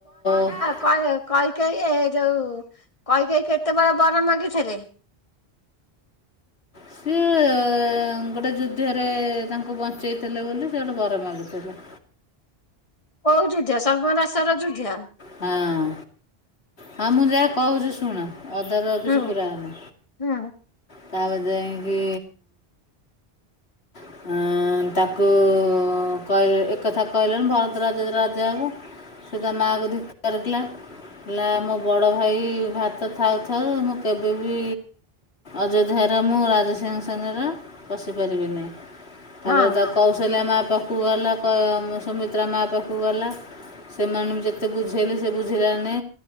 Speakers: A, on the left; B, on the left.
A: ଅ ଅ
B: କୈ କୈକେୟୀ ଏ ଯୋଉ, କୈକେୟୀ କେତେବେଳେ ବର ମାଗିଥିଲେ?
A: ସିଏ ଏ ଏ ଗୋଟେ ଯୁଦ୍ଧରେ ତାଙ୍କୁ ବଞ୍ଚେଇଥିଲେ ବୋଲି, ସେ ଠୁ ବର ମାଗିଥିଲେ।
B: କୋଉ ଯୁଦ୍ଧଵ, ସର୍ବନାଶର ଯୁଦ୍ଧା।
A: ହଁ। ହଁ ମୁଁ ଯାହା କହୁଚି ଶୁଣ। ଅଦାରୁ ଆଉ କିଛି
B: ହୁଁ
A: ପୁରାଅନା।
B: ହୁଁ
A: ତାପରେ ଯାଇକି ଅଁ ଅଁ ତାକୁ ଉ ଉ କହିଲ୍, ଏକଥା କହିଲେଣିି ଭାରତ ରାଜ୍ୟ ର ରାଜା ହେବ। ସେ ତା ମା କୁତିକି ଧକାରଖିଲା। ହେଲା ମୋ ବଡ ଭାଇ ଭାତ ଥାଉ, ଥାଉ, ମୁଁ କେବେବି ଅଯୋଧ୍ୟାର ମୁଁ ରାଜସିଂହାସନର ବସିପାରିବିନି। ତାପରେ
B: ହଁ
A: ତା କୌଶଲ୍ୟା ମା ପାଖକୁ ଗଲା କ ସୁମିତ୍ରା ମା ପାଖକୁ ଗଲା। ସେମାନେଙ୍କୁ ଯେତେ ବୁଝେଇଲେ ସେ ବୁଝିଲା ନି।